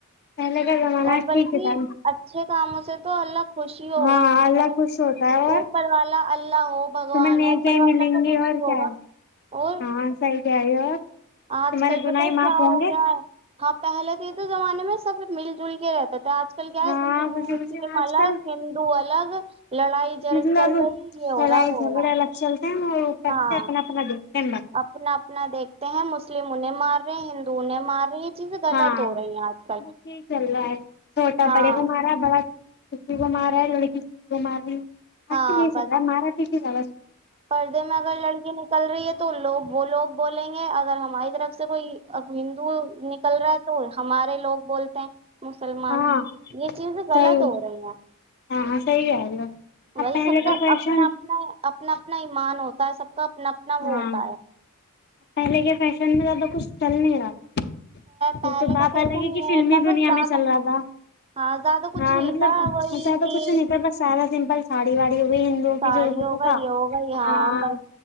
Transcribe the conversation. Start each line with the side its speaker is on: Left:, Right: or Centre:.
Left: پہلے کا زمانہ
Right: اور بلکہ
Left: ٹھیک تھا
Right: اچھے کاموں سے تو اللہ خوش ہی ہوگا
Left: ہاں
Right: تمہارے
Left: اللہ خوش ہوتا ہے اور
Right: اوپر والا اللہ ہو بگوان
Left: تمہیں نیکیاں
Right: ہوپر والا
Left: ملیں
Right: تو
Left: گی
Right: خوش
Left: اور
Right: ہی ہوگا
Left: کیا ہے،
Right: اور
Left: ہاں صحیح کہہ رہی ہو اور
Right: آج
Left: تمہارے
Right: کل
Left: گناہ
Right: پت ہے
Left: معاف
Right: کیا
Left: ہوں
Right: ہو
Left: گے
Right: گیا ہے ہاں پہلے تھ تو زمانے میں سب مل جل کے رہتے تو آج کل کیا
Left: ہاں
Right: ہے
Left: خوشی
Right: مسلم
Left: خوشی آج
Right: الگ
Left: کل
Right: ہندو الگ لڑائی جل
Left: مطلب
Right: چل رہی یہ ہو
Left: لڑائی
Right: رہا وہ
Left: جھگڑے
Right: ہو رہا
Left: الگ چلتے ہیں اور اوپر
Right: ہاں
Left: سے اپنا اپنا دیکھتے ہیں بس
Right: اپنا اپنا دیکھتے ہیں مسلم انہیں مار رہے ہندوں نے مار رہی چیزیں غلط
Left: ہاں
Right: ہو ہیں آج کل
Left: بس یہی چل رہا ہے چھوٹا
Right: ہاں
Left: بڑے کو مارا بڑا کسی کو مار رہا ہے لڑکی کسی کو مار رہی ہے
Right: ہاں
Left: مس بیسلہا
Right: بس
Left: ماراات کی زا
Right: پردے میں اگر لڑکی نکل رہی ہے تو لوگ وہ لوگ بولیں گے اگر ہماری طرف سے کوئی ہندو نکل رہا ہے تو ہمارے لوگ بولتے ہیں مسلمان
Left: ہاں
Right: یہ چیزیں
Left: صحیح
Right: غلط ہو رہی ہیں
Left: ہاں صحیح کہہ رہی ہو اب
Right: وہی
Left: پہلے
Right: سب کا
Left: فیشن
Right: اپنا اپنا اپنا اپنا ایمان ہوتا ہے سب کا اپنا اپنا
Left: ہاں
Right: وہ ہوتا ہے
Left: پہلے کے فیشن میں زیادہ کچھ چل نہیں رہاتا ہے
Right: پہلے
Left: وہ تو بات
Right: کا فیشن
Left: الگ ہے کہ
Right: یہ
Left: فلمی
Right: تھا بس
Left: دنیا
Right: زیادہ
Left: میں چل رہا تھا
Right: ہاں زیادہ کچھ
Left: ہاں
Right: نہیں
Left: مطلبتادہ
Right: تھا وہی جی
Left: کچھ نہیں تھا بس سارا سمپل ساڑی واڑی ہو گئی ہندوؤں کی
Right: ساڑی
Left: جو ہوتا
Right: ہوگا
Left: تھا
Right: یہ ہوگا یہاں
Left: ہاں
Right: بس